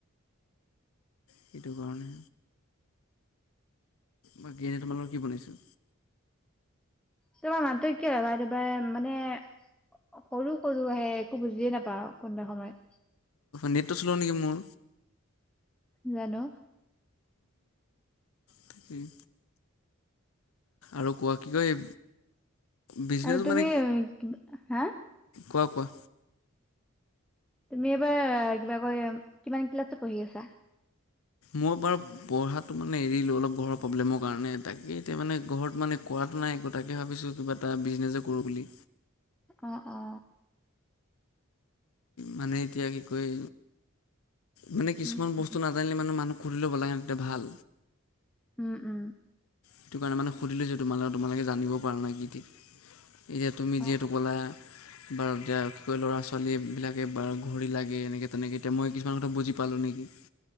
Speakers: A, on the left (about 85°); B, in the centre.
A: সেইটো কাৰণে। বাকী এনে তোমালোকৰ কি বনাইছে?
B: তোমাৰ মাতটো <unintelligible> মানে সৰু সৰু আহে, একো বুজিয়ে নাপাওঁ কোনোবা সময়।
A: নেটটো চল নেকি মোৰ?
B: জানো?
A: তাকেই। আৰু কোৱা কি কয়? বিজনেছ
B: আৰু তুমি,
A: মানে
B: হা?
A: কোৱা, কোৱা?
B: তুমি এবাৰ কিবা কয়? কিমান ক্লাছত পঢ়ি আছা?
A: মই বাৰু পঢ়াতটো মানে এৰিলো, অলপ ঘৰৰ প্ৰব্লেমৰ কাৰণে, তাকে এতিয়া মানে ঘৰত মানে কোৱা নাই তাকে ভাবিছো, কিবা এটা বিজনেচে কৰো বুলি।
B: অ, অ।
A: মানে এতিয়া কি কয়? মানে কিছুমান
B: উম
A: বস্তু
B: উম
A: নাজানিলে মানে মানুহ সুধি ল'ব লাগে, তেতিয়া ভাল।
B: উ'ম, উ'ম।
A: সেইটো কাৰণে মানে সুধিলো যে তোমালোকক, তোমালোকে জানিব পাৰা ন কি থিক? এতিয়া, তুমি
B: অ
A: যিহেতু ক'লা বা এতিয়া কি কয়? ল'ৰা- ছোৱালী বিলাকে বা ঘড়ী লাগে এনেকে- তেনেকে এতিয়া মই কিছুমান কথা বুজি পালো নেকি?